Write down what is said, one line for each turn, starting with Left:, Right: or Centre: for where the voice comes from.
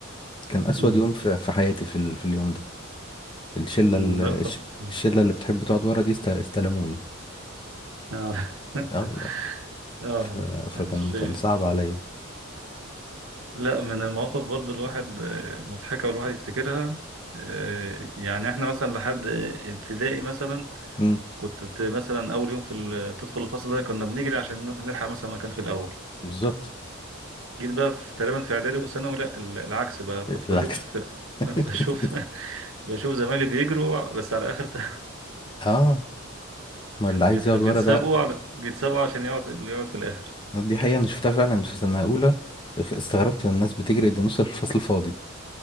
Left: كان اسود
Right: امم
Left: يوم في في حياتي في ال- في اليوم ده الشلة
Right: أمم.
Left: ال- الش-
Right: لا طب أمم.
Left: الشلة اللي بتحب تقعد ورا دي است- استلموني
Right: اه <laughs>
Left: اه والله
Right: اه
Left: ف- فكان
Right: الشيء
Left: كان صعب عليا
Right: لا من المواقف برضو الواحد آه، مضحكة والواحد يفتكرها آه، يعني احنا مثلا لحد ابتدائي مثلا
Left: مم،
Right: كنت ت- مثلا اول يوم في ال- تدخل الفصل ده كنا بنجري عشان نلحق مثلا مكان في الاول
Left: بالظبط
Right: جيت بقى في تقريبا في اعدادي وثانوي لا ال- العكس بقى كنت
Left: العكس
Right: بشوف في <laughs> بشوف
Left: <laughs>
Right: بشوف زمايلي بيجروا بس على اخر <laughs> ت-
Left: اه ما اللي عايز
Right: بيت-
Left: يقعد
Right: بيتسابقوا
Left: ورا ده
Right: على بيتسابقوا عشان يقعد اللي يقعد في الاخر
Left: دي حقيقة أنا شفتها فعلا في سنة أولى اخ- استغربت إن الناس بتجري قد نص الفصل فاضي